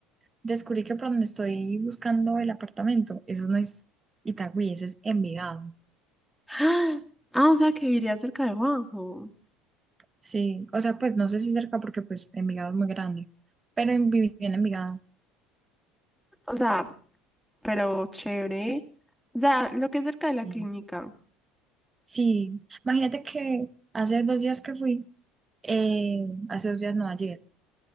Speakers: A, on the right; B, in the centre.
A: descubrí que por donde estoy buscando el apartamento, eso no es Itagüí, eso es Envigado.
B: Ah, ah, o sea, que iría cerca de Juanjo.
A: Sí, o sea, pues no sé si cerca porque pues Envigado es muy grande, pero en, viví en Envigado.
B: O sea, pero chévere. O sea, lo que es cerca de la
A: Bien.
B: clínica.
A: Sí, imagínate que hace dos días que fui, eh, hace dos días no, ayer.